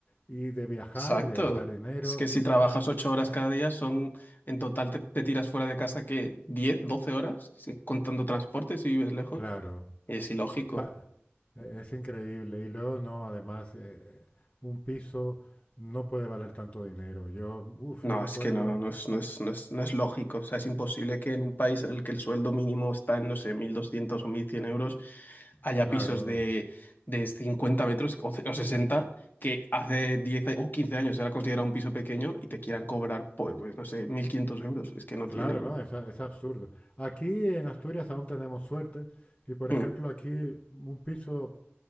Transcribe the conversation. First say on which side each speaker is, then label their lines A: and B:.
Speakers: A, on the left; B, on the left.
A: y de viajar
B: Exacto.
A: y de gastar dinero.
B: Es que si trabajas ocho horas cada día, son en total te, te tiras fuera de casa que 10 12 horas, sí, contando transporte si vives lejos.
A: Claro.
B: Es ilógico.
A: Pa- eh, es increíble. Y luego no, además, eh, un piso no puede valer tanto dinero. Yo, uff,
B: No,
A: yo me
B: es
A: acuerdo,
B: que no, no es, no es, no es, no es lógico. O sea, es imposible que en un país en el que el sueldo mínimo está en, no sé, 1.200 o 1.100 euros, haya
A: claro,
B: pisos de, de 50 metros o, ce- o 60 que hace 10 o quince años era considerado un piso pequeño y te quieran cobrar, pues, pues, no sé, 1.500 euros. Es que no
A: claro,
B: tiene...
A: ¿no? Es, a- es absurdo. Aquí en Asturias aún tenemos suerte. Y por
B: Mm,
A: ejemplo, aquí un piso,